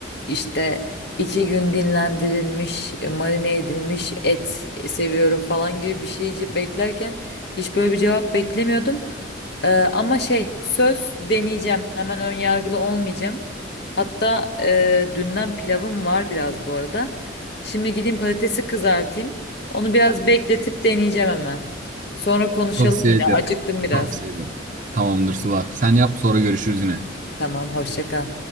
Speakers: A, on the left (about 60°); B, on the right (about 45°).
A: işte iki gün dinlendirilmiş, e, marine edilmiş et seviyorum falan gibi bir şey ce- beklerken hiç böyle bir cevap beklemiyordum. Ee, ama şey söz deneyeceğim hemen ön yargılı olmayacağım. Hatta e, dünden pilavım var biraz bu arada. Şimdi gideyim patatesi kızartayım. Onu biraz bekletip deneyeceğim hemen. Sonra konuşalım
B: Tavsiye
A: yine.
B: ederim.
A: Acıktım biraz.
B: Tavsiye ederim. Tamamdır Sıla. Sen yap sonra görüşürüz yine.
A: Tamam, hoşça kal.